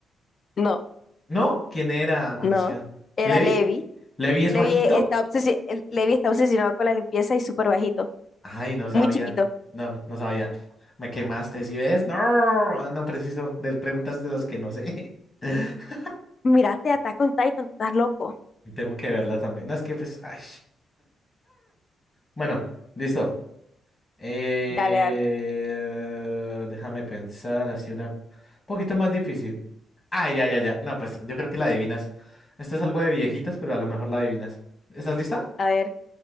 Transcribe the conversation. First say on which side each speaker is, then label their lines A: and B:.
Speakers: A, on the left; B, on the left.
A: No,
B: ¿No? ¿Quién era? Maldición.
A: no. Era
B: ¿Levi?
A: Levi.
B: ¿Levi es
A: Levi
B: bajito?
A: está obsesi- el- Levi está obsesionado con la limpieza y súper bajito,
B: Ay, no sabía.
A: muy chiquito.
B: No, no, no sabía. Me quemaste, ¿sí ves? No, ah, no preciso. De preguntas de las que no sé. <laughs>
A: Mírate, Attack on Titan, estás loco.
B: Tengo que verla también. No, es que pues. ay. Bueno, listo. Eh,
A: Dale, dale.
B: Déjame pensar así una poquito más difícil. Ah, ya, ya, ya. No, pues yo creo que la adivinas. Esto es algo de viejitas, pero a lo mejor la adivinas. ¿Estás lista?
A: A ver,